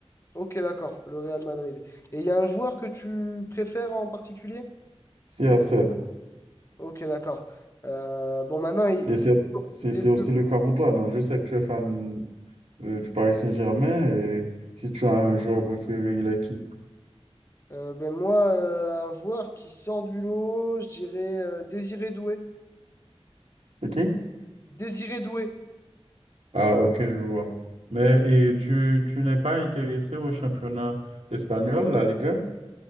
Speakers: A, on the left; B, on the right.
A: Ok, d'accord, le Real Madrid. Et il y a un joueur que tu préfères en particulier?
B: C'est 7
A: Ok, d'accord. Euh, bon, maintenant, il,
B: Et
A: il
B: c'est
A: est
B: c'est-
A: il
B: c'est
A: est plus.
B: aussi le cas pour toi, non? Je sais que tu es fan euh, du Paris Saint-Germain et si tu as un joueur préféré, il est qui?
A: Euh, ben moi, euh, un joueur qui sort du lot, je dirais euh, Désiré Doué.
B: C'est qui?
A: Désiré Doué.
B: Ah, ok, je vois. Mais et tu, tu n'es pas intéressé au championnat espagnol, la Liga?